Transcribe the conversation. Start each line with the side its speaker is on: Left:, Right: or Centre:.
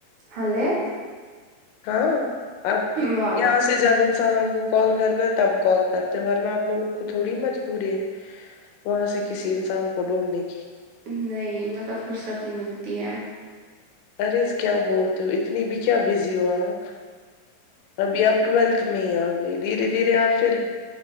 Right: ہلے
Left: ہاں آپ
Right: والک
Left: یہاں سے جب انسان آپ کو کال کرتا ہے تب کال کرتے ورنہ آپ لوگوں کو تھوڑی مجبوری ہے وہاں سے کسی انسان کو ڈھونڈنے کی
Right: نہیں مطلب فرصت نہیں ملتی ہے
Left: ارض کیا بولتے ہو اتنی بھی کیا بزی ہو آپ ابھی آپ ٹویلتھ میں ہی آ گئی دھیرے دھیرے آپ پھر